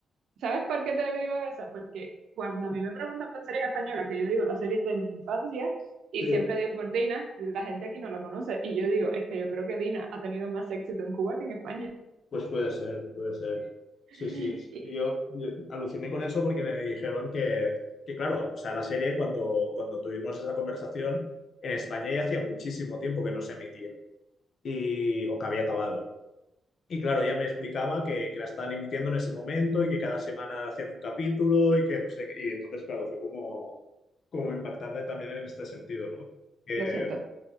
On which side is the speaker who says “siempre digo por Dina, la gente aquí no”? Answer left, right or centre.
Right